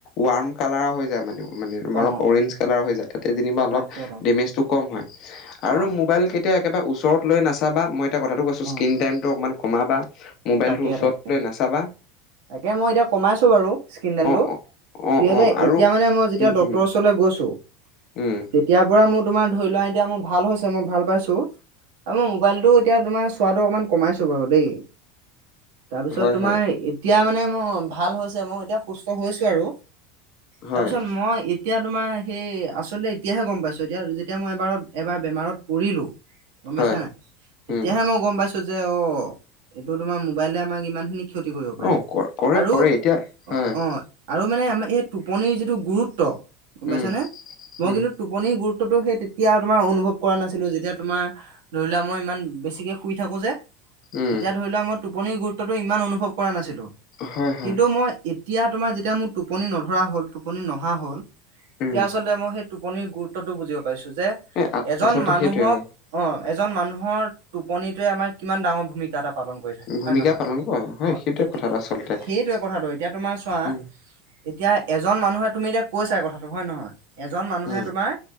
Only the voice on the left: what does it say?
ৱাৰ্ম কালাৰ হৈ যায় মানে। মানে আ অলপ
অৰেজ্ঞ কালাৰৰ হৈ যায়, তেতিয়া যিনিবা অলপ
দেমেজটো কম হয়, আৰু
মোবাইল কেবা ওচৰত লৈ নাচাবা মই এ কথাটো কৈছো
স্ক্ৰীন টাইমতটো অকমান কমাবা মবাইলতটো
ওচৰতলৈ
নাচাবা
অ অ অ
অ
আৰু
উম
উম
উম
হয়
হয়
হয়
হয়
উম
অ ক কৰে
কৰে এতিয়া হয়
উম
উম
উম
হয় হয়
উম
এ
আচলতে
সেইটোৱে হয়
ভূমিকা
পালন কৰে হয়
সেইটোৱে
কথা এ আচলতে।
উ,
উম